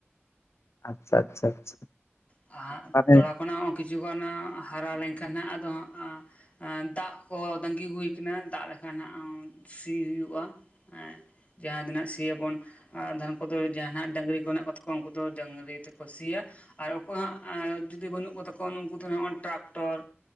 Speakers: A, on the left; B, on the left.
A: ᱟᱪᱪᱷᱟ ᱟᱪᱪᱷᱟ ᱟᱪᱪᱷᱟ᱾
B: ᱦᱟᱜ,
A: ᱛᱟᱦᱚᱞᱮ
B: ᱛᱚᱲᱟ ᱠᱷᱚᱱᱟᱜ ᱦᱚᱸ ᱠᱤᱪᱷᱩ ᱜᱟᱱᱟᱼᱟᱸᱜ, ᱦᱟᱨᱟ ᱞᱮᱧ ᱠᱷᱟᱱ ᱟᱫᱚ ᱦᱟᱸᱜᱼᱟᱸ ᱾ ᱮᱸ ᱫᱟᱜ ᱠᱚ ᱛᱟᱸᱜᱤ ᱦᱩᱭ ᱠᱟᱱᱟ, ᱫᱟᱜ ᱞᱮᱠᱷᱟ ᱱᱟᱜᱼᱟᱸ, ᱥᱤ ᱦᱩᱭᱩᱜᱼᱟ, ᱮᱸ ᱡᱟᱦᱟᱸ ᱫᱤᱱᱟᱹᱜ ᱥᱤ ᱭᱟᱵᱚᱱ ᱟ ᱟᱫᱷᱟᱱ ᱠᱳᱫᱳ ᱡᱟᱦᱟᱸᱱᱟᱜ ᱰᱟᱺᱜᱽᱨᱤ ᱠᱚ ᱦᱮᱱᱟᱜ ᱠᱚ ᱛᱟᱠᱚᱣᱟ, ᱩᱱᱠᱩ ᱫᱚ ᱰᱟᱺᱜᱽᱨᱤ ᱛᱮᱠᱚ ᱥᱤ ᱭᱟ, ᱟᱨ ᱚᱠᱚᱭ ᱦᱟᱸᱜ ᱮᱸ ᱡᱩᱫᱤ ᱵᱟᱹᱱᱩᱜ ᱠᱚ ᱛᱟᱠᱚᱣᱟ ᱩᱱ ᱩᱱᱠᱩ ᱫᱚ ᱦᱟᱸᱜ ᱱᱚᱜᱼᱚ ᱴᱟᱨᱟᱠᱴᱚᱨ,